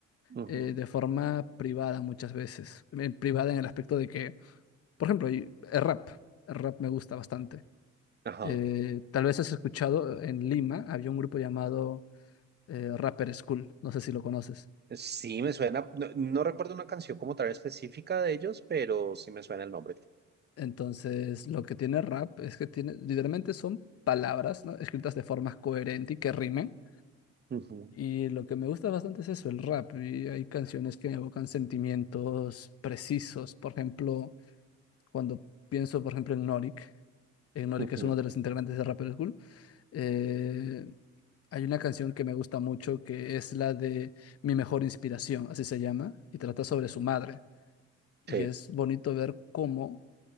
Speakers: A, on the right; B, on the left.
A: Ujú.
B: eh, de forma privada muchas veces, Eh, privada en el aspecto de que, por ejemplo, y- el rap, el rap me gusta bastante
A: Ajá.
B: eh, tal vez has escuchado, en Lima había un grupo llamado eh, Rapper School, no sé si lo conoces.
A: Sí, me suena, no, no recuerdo una canción como tal específica de ellos, pero sí me suena el nombre.
B: Entonces, lo que tiene rap es que tiene, literalmente son palabras, ¿no? escritas de forma coherente y que rimen.
A: Ujú.
B: Y lo que me gusta bastante es eso, el rap. Y hay canciones que evocan sentimientos precisos. Por ejemplo, Cuando pienso, por ejemplo, en Norik, en Norik
A: Ujú.
B: es uno de los integrantes de Rapper School, eh, hay una canción que me gusta mucho que es la de Mi mejor inspiración, así se llama, y trata sobre su madre. Y
A: Sí.
B: es bonito ver cómo